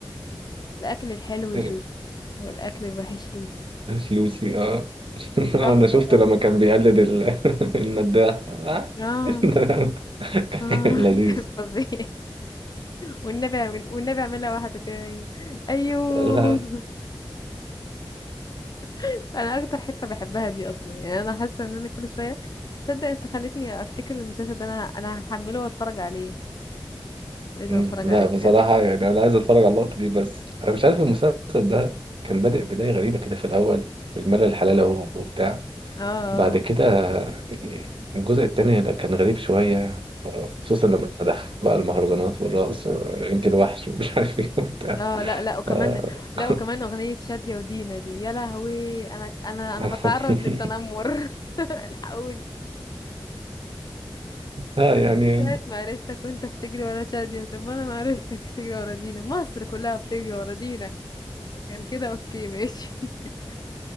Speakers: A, on the left; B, on the right.
A: الاكل الحلو
B: <laughs>
A: جوسي والاكل الوحش لوسي
B: فلوسي اه <laughs>
A: تحفة
B: انا شفت
A: تحفة
B: لما كان بيقلد ال- <laughs> المداح آه.
A: اه
B: <laughs>
A: اه <laughs>
B: كان لذيذ
A: كان فظيع والنبي والنبي اعملها واحدة تاني ايوه
B: لا
A: <laughs> انا اكتر حتة بحبها دي اصلا يعني انا حاسة ان انا كل شوية تصدق انت خلتني افتكر المسلسل ده انا انا هحمله واتفرج عليه لازم
B: مم،
A: اتفرج
B: لا
A: عليه
B: بصراحة
A: بجد
B: يعني أنا عايز أتفرج على اللقطة دي بس أنا مش عارف المسلسل ده كان بادئ بداية غريبة كده في الأول بالملل الحلال أهو وبتاع
A: اه آه.
B: بعد كده يعني الجزء التاني لا، كان غريب شوية خصوصا لما دخل بقى المهرجانات والرقص وأنت الوحش ومش عارف إيه وبتاع
A: اه لا لا وكمان
B: آه.
A: لا
B: <laughs>
A: وكمان اغنية شادية ودينا دي يا لهوي انا انا انا
B: <laughs>
A: بتعرض للتنمر <laughs> الحقوني
B: لا
A: انا
B: يعني
A: من ساعة ما عرفتك وانت بتجري ورا شادية طب ما انا ما عرفتك بتجري ورا دينا مصر كلها بتجري ورا دينا كان كده اوكي ماشي <laughs>